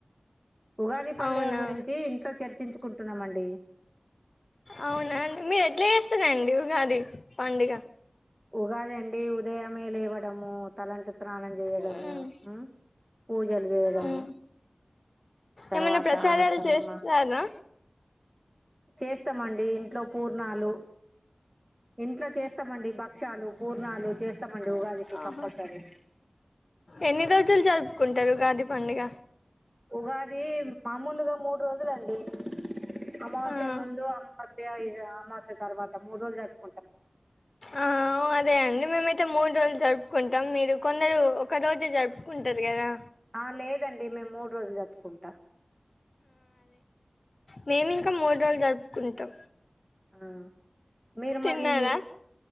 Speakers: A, on the right; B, on the left.
A: ఉగాది పండుగ
B: అవునా
A: గురించి ఇంట్లో చర్చించుకుంటు టున్నమండి
B: అవునా మీరు ఎట్లా చేస్తున్నరండి ఉగాది పండుగ
A: ఉగాది అండి ఉదయమే లేవడము తలంటు స్నానం చేయడము
B: మ్మ్
A: ఉ పూజలు చేయడము
B: మ్మ్
A: తర్వాత
B: ఏమైనా ప్రసాదాలు
A: చెమ్మా
B: చేస్తారా
A: చేస్తామండి ఇంట్లో పూర్ణాలు ఇంట్లో చేస్తామండి భక్షాలు పూర్ణాలు చేస్తామండి
B: ఉ
A: ఉగాదికి
B: ఆహ
A: కంపల్సరీ
B: ఎన్ని రోజులు జరుపుకుంటారు ఉగాది పండుగ
A: ఉగాది మామూలుగా మూడు రోజులండి అమావాస్య
B: ఆ
A: ముందు అమావాస్య ఇగా అమావాస్య తర్వాత మూడు రోజులు జరుపుకుంటాం
B: ఆ అదే అండి మేమైతే మూడు రోజులు జరుపుకుంటాం మీరు కొందరు ఒక రోజే జరుపుకుంటారు కదా
A: ఆ లేదండి మేము మూడు రోజులు జరుపుకుంటాం
B: మేమి ఇంకా మూడు రోజులు జరుపుకుంటాం
A: ఆ మీరు
B: తిన్నారా
A: మరి